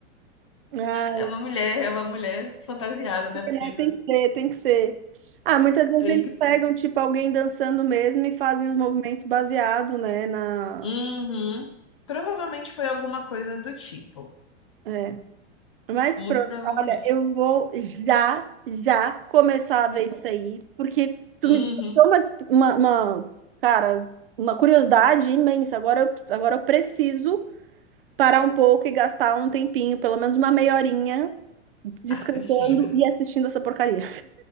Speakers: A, on the right; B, on the left.
A: Ah,
B: É uma mulher, é uma mulher fantasiada, não é possível.
A: É, tem que ser, tem que ser. Ah, muitas vezes
B: Tem
A: eles
B: que.
A: pegam, tipo, alguém dançando mesmo e fazem os movimentos baseado, né, na...
B: Uhum. Provavelmente foi alguma coisa do tipo.
A: É. Mas
B: Muito
A: pronto,
B: provavelmente.
A: olha, eu vou já, já começar a ver isso aí, porque tu
B: Uhum.
A: me despertou uma, des- uma, uma- cara, uma curiosidade imensa. Agora eu, agora eu preciso parar um pouco e gastar um tempinho, pelo menos uma meia horinha, descansando
B: Assistindo.
A: e assistindo essa porcaria.